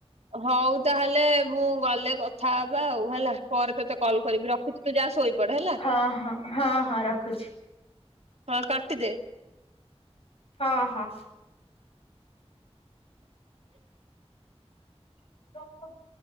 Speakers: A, on the right (about 75°); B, on the left (about 60°).
A: ହଉ ତାହେଲେ ମୁଁ ଗଲେ କଥା ହବା ଆଉ ହେଲା ପରେ ତୋତେ କଲ କରିବି ରଖୁଚି। ତୁ ଯା ଶୋଇପଡେ ହେଲା।
B: ଅଁ ହଁ ହଁ ହଁ ରଖୁଚି।
A: ହଁ କାଟିଦେ।
B: ହଁ ହଁ। <unintelligible>